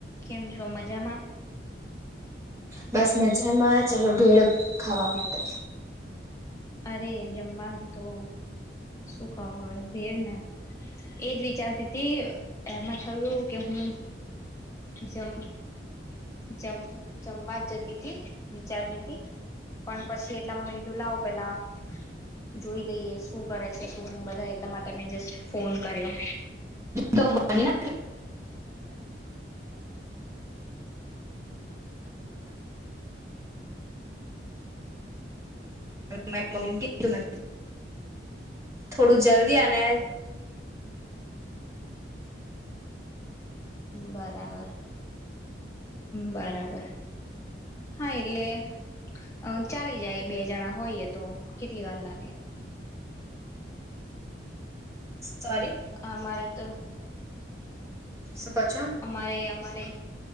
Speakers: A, on the left; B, on the right.
A: કેમ છો? મજામાં.
B: બસ મજામાં ચાલો ભેડ ખાવા માટે.
A: અરે જમાનું તો શું કવ હવે ભેડ ને એજ વિચારતી હતી એમાં થયું કે હું જમ જમ જમવા જ જતી ત વિચારતી હતી પણ પછી એટલામાં મેં કીધું લાવો પેલા જોઈ લઈએ શું કરે છે શું નહી બધા એટલા માટે મેં જસ્ટ ફોન કર્યો.
B: તો બની લે થોડું જલ્દી અને.
A: બરાબર, બરાબર. હા એટલે અ ચાલી જાય બે જણા હોઈએ તો કેટલી વાર લાગે.
B: સોરી
A: અ મારે. તો.
B: શું કહો છો
A: અમારે અમારે.